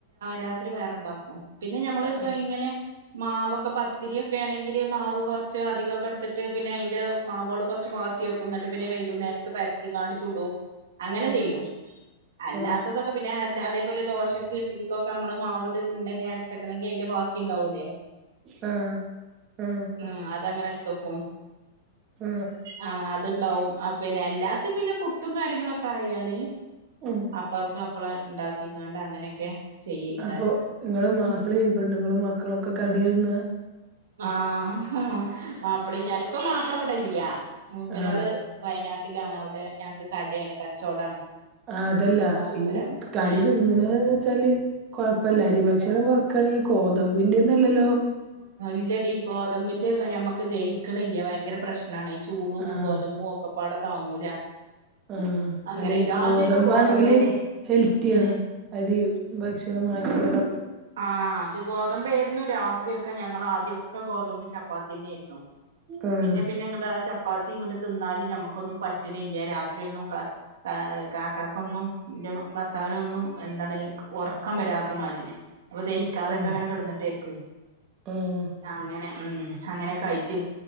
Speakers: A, on the right (about 75°); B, on the right (about 35°).
A: രാത്രി വേറെണ്ടാക്കും പിന്നെ ഞമ്മള്
B: ആ
A: ഇപ്പ ഇങ്ങനെ മാവൊക്കെ പത്തിരി ഒക്കെ ആണെങ്കിൽ മാവ് കൊർച്ച് അധികൊക്കെ ഇട്ത്ത്ട്ട് പിന്നെ അയിന്റെ മാവുകൾ കൊർച്ച് ബാ ക്കി വെക്കും പിന്നെ വൈകുന്നേരത്ത് പര്ത്തിങ്ങാണ്ട് ചുടും അങ്ങനെ
B: ആ
A: ചെയ്യൂ അല്ലാത്തതൊക്കെ
B: ആ
A: പിന്നെ അതല്ലാതെ ഇപ്പല്ലെ ദോശക്ക് ഇഡ്ലിക്കൊക്കെ അമ്മള് മാവിട്ട് ഇണ്ടെങ്കി അരച്ചക്കണെങ്കി അതിന്റെ ബാക്കി ഇണ്ടാവൂല്ലേ
B: ആ ആ
A: ഉം അതങ്ങന ഇട്ത്തെക്കും
B: ആ
A: ആ അത്ണ്ടാവും ആ പിന്നെ എല്ലാത്തെ പിന്നെ പുട്ടും കാര്യങ്ങളൊക്കെ ആയാൽ
B: ഉം
A: അപ്പള്ക്ക് അപ്പളെ ഇണ്ടാക്കിക്കാണ്ട് അങ്ങനക്കെ ചെയ്യേക്കാരം
B: അപ്പൊ നിങ്ങള് മാപ്പിളയും പെണ്ണ്ങ്ങളും മക്കളൊക്കെ കട്യാ തിന്നാ
A: ആ ആ മാപ്പിളിം ഞാനും ഇപ്പം മാപ്പിള ഇവിടെ ഇല്ല്യ മൂപ്പരാള്
B: ആ
A: വയനാട് അവിടെ ഞങ്ങക്ക് കടയാണ് കച്ചോടാണ്
B: ആ അതല്ല
A: ഓ മൂപ്പരാ
B: ഈ കടി
A: ഏഹ്
B: തിന്ന്ണെ വെച്ചാല് കൊഴപ്പല്ല അരി ഭക്ഷണം കൊറ ക്കണം ഈ ഗോതമ്പിന്റെയൊന്നല്ലല്ലോ
A: ഇല്ലടീ ഗോതമ്പിന്റെ ഞമ്മക്ക് ദഹിക്ക്ണില്ല ഭയങ്കര പ്രശ് ണാണ് ഈ ചൂടും
B: ആ
A: ഗോതമ്പും ഒക്കപ്പാടെ താങ്ങൂല
B: ആഹ്
A: അങ്ങനെയായിട്ട്
B: അല്ല ഈ ഗോതമ്പാണെങ്കില്
A: ആദ്യൊക്കെ ഗോതമ്പന്നെ
B: ഹെൽത്തിയാണ്
A: ഉം
B: അതീ ഭക്ഷണം <unintelligible>
A: ആ അത് ഗോതമ്പേരുന്നു രാത്രിയൊക്കെ ഞങ്ങളാദ്യം ഒക്കെ ഗോതമ്പ് ചപ്പാത്ത്യെന്നെ ആയിരുന്നു
B: ആഹ്
A: പിന്നെ പിന്നെ അങ്ങട്ട് ആ ച പ്പാത്തി ഇങ്ങട്ട് തിന്നാല് ഞമ്മക്കൊന്നും പറ്റ്ണില്ല രാത്രിയൊന്നും കാക്കാക്കൊന്നും ഇന്റെ ഭർത്താവിനൊന്നും എന്താണ് ഒറക്കം വരാത്ത മാതിരി അപ്പ ദഹിക്കാതെക്കെ
B: ആഹ്
A: ഇങ്ങനെ കെട്ന്നിട്ടായിരിക്കും
B: ആഹ്
A: അങ്ങനെ ഉം അങ്ങനെക്കായിറ്റ്